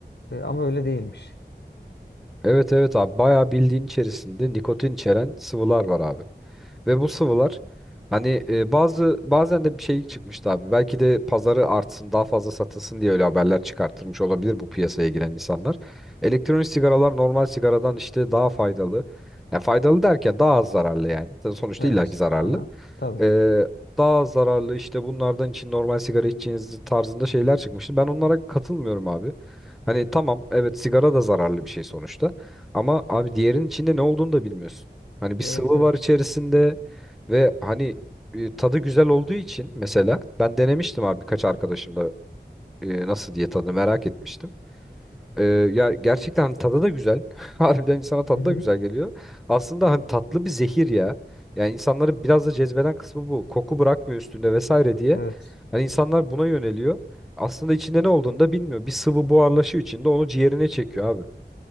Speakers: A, on the left; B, in the centre.
A: E, ama öyle değilmiş.
B: Evet evet abi bayağı bildiğin içerisinde nikotin içeren sıvılar var abi. Ve bu sıvılar hani e, bazı bazen de bir şey çıkmıştı abi. Belki de pazarı artsın, daha fazla satılsın diye öyle haberler çıkartılmış olabilir bu piyasaya giren insanlar. Elektronik sigaralar normal sigaradan işte daha faydalı. Yani faydalı derken daha az zararlı yani. Sonuçta
A: Evet.
B: illaki zararlı.
A: Aha, tabii
B: Ee,
A: ki.
B: daha zararlı işte bunlardan için normal sigara içeceğiniz tarzında şeyler çıkmıştı. Ben onlara katılmıyorum abi. Hani tamam evet sigara da zararlı bir şey sonuçta. Ama abi diğerinin içinde ne olduğunu da bilmiyorsun. Hani bir
A: Evet
B: sıvı
A: evet.
B: var içerisinde ve hani e, tadı güzel olduğu için mesela ben denemiştim abi birkaç arkadaşımda e, nasıl diye tadı merak etmiştim. Ee, ya gerçekten hani tadı da güzel. <laughs> Harbiden insana tadı
A: Hı hı.
B: da güzel geliyor. Aslında hani tatlı bir zehir ya. Yani insanları biraz da cezbeden kısmı bu. Koku bırakmıyor üstünde vesaire diye.
A: Evet.
B: Hani insanlar buna yöneliyor. Aslında içinde ne olduğunu da bilmiyor. Bir sıvı buharlaşıyor içinde onu ciğerine çekiyor abi.